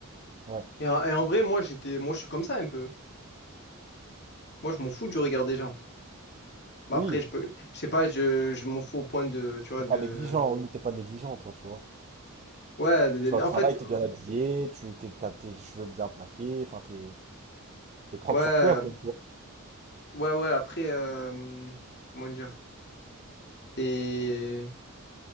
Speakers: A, on the right; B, on the left.
A: Ouais.
B: Et en, et en vrai, moi, j'étais... Moi, je suis comme ça, un peu. Moi, je m'en fous du regard des gens. Bah,
A: Oui,
B: Après, je peux... Je sais pas, je, je m'en fous au point de, tu vois,
A: t'es
B: de...
A: pas négligent, oui, mais t'es pas négligent, toi, tu vois.
B: Ouais, d-
A: Tu
B: d-
A: vas au
B: en
A: travail,
B: fait,
A: t'es bien habillé, tu t'es, t'as tes cheveux bien plaqués, enfin, t'es, t'es propre
B: ouais,
A: sur toi, quoi.
B: ouais, ouais, après, euh, comment dire? C'est...